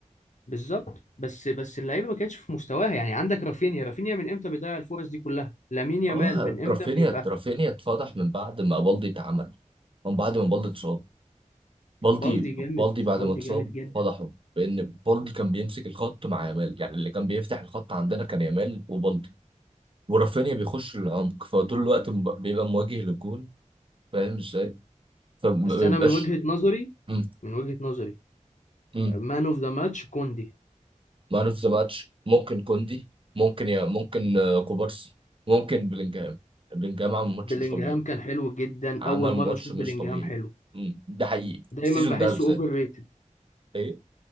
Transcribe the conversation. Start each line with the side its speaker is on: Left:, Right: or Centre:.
Left: بالظبط بس بس اللعيبه ما كانتش في مستواها يعني عندك رافينيا رافينيا من امتى بيضيع الفرص دي كلها لامين يامال
Right: اه
Left: من امتى
Right: رافينيا
Left: بيبقى
Right: رافينيا اتفضح من بعد ما بالدي اتعمل من بعد ما بالدي اتصاب بالدي
Left: بالدي جامد
Right: بالدي بعد
Left: بالدي
Right: ما اتصاب
Left: جامد جدا
Right: فضحه بان بالدي كان بيمسك الخط مع يامال يعني اللي كان بيفتح الخط عندنا كان يامال وبالدي ورافينيا بيخش العمق فطول الوقت م- بيبقى مواجه للجون فاهم ازاي فما
Left: بس
Right: بيبقاش
Left: انا من وجهه نظري
Right: إمم،
Left: من وجهه نظري
Right: إمم.
Left: مان اوف ذا ماتش كوندي
Right: مان اوف ذا ماتش ممكن كوندي ممكن يا ممكن آه، كوبارسي ممكن بلينجهام بلينجهام عمل ماتش
Left: بلينجهام
Right: مش طبيعي
Left: كان حلو جدا
Right: عمل
Left: اول مره
Right: ماتش
Left: اشوف
Right: مش
Left: بلينجهام
Right: طبيعي
Left: حلو
Right: مم. ده حقيقي
Left: دايما
Right: السيزون
Left: بحسه
Right: ده بالذات
Left: اوفر ريتد
Right: ايه